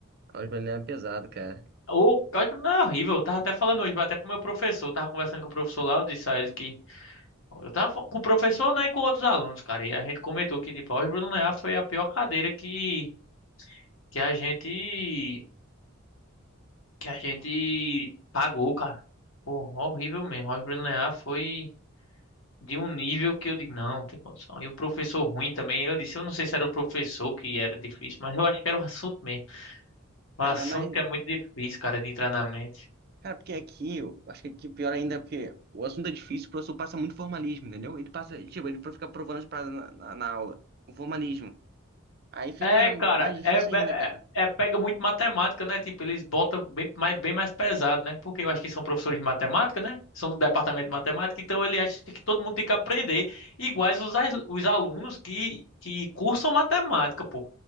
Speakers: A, on the right; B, on the left.
A: Álgebra linear é pesado, cara.
B: O cálculo não é horrível, eu tava até falando hoje, mas até pro meu professor, eu tava conversando com o professor lá, eu disse a ele que Eu tava com o professor, né, e com outros alunos, cara. E a gente comentou que, tipo, a álgebra linear foi a pior cadeira que, que a gente, que a gente pagou, cara. Pô, horrível mesmo. A álgebra linear foi de um nível que eu digo, não, não tem condição. E o professor ruim também. Eu disse, eu não sei se era o professor que era difícil, mas eu acho que era o <laughs> assunto mesmo.
A: Cara,
B: Um assunto
A: mas,
B: que é muito difícil, cara, de entrar na mente.
A: cara, porque aqui, eu acho que aqui pior ainda, é porque o assunto é difícil, o professor passa muito formalismo, entendeu? Ele passa, tipo, ele fica provando as paradas na, na, na aula, o formalismo. Aí fica
B: É, cara,
A: mais difícil
B: é, é,
A: ainda, cara.
B: é- pega muito matemática, né? Tipo, eles botam bem mais, bem mais pesado, né? Porque eu acho que são professores de matemática, né? São do departamento de matemática, então ele acha que todo mundo tem que aprender, iguais os, as- os alunos que, que cursam matemática, pô.